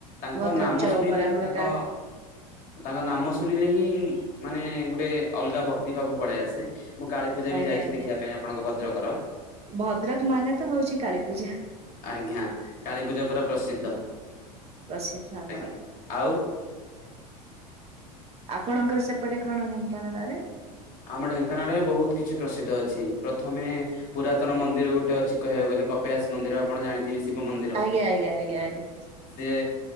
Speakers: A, on the left; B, on the right.
A: ତାଙ୍କ
B: ଭଦ୍ରକ
A: ନାମ
B: ଚରମ୍ପରା
A: ଶୁଣିଲେ
B: ଆମର
A: ତାଙ୍କ
B: କାଳୀ
A: ତାଙ୍କ ନାମ ଶୁଣିଲେ ହିଁ ମାନେ ଗୋଟେ ଅଲଗା ଭକ୍ତି ଭାବ ପଳେଇଆସେ। ମୁଁ କାଳୀପୂଜା
B: ଆଜ୍ଞା
A: ବି ଯାଇଛି
B: ଆଜ୍ଞା
A: ଦେଖିବା ପାଇଁ ଆପଣଙ୍କ ଭଦ୍ରକର।
B: ଭଦ୍ରକ ମାନେ ତ ହଉଛି କାଳୀପୂଜା।
A: ଆଜ୍ଞା କାଳୀପୂଜା ପୁରା ପ୍ରସିଦ୍ଧ
B: ପ୍ରସିଦ୍ଧ ଆମର
A: ଆଜ୍ଞା ଆଉ।
B: ଆପଣଙ୍କର ସେପଟେ କ'ଣ ଢେଙ୍କାନାଳରେ?
A: ଆମ ଢେଙ୍କାନାଳରେ ବହୁତ କିଛି ପ୍ରସିଦ୍ଧ ଅଛି। ପ୍ରଥମେ ପୁରାତନ ମନ୍ଦିର ଗୋଟେ ଅଛି କହିବାକୁ ଗଲେ କପିଳାସ ମନ୍ଦିର। ଆପଣ ଜାଣିଥିବେ ଶିବ ମନ୍ଦିର।
B: ଆଜ୍ଞା ଆଜ୍ଞା ଆଜ୍ଞା ଆଜ୍ଞା
A: ସିଏ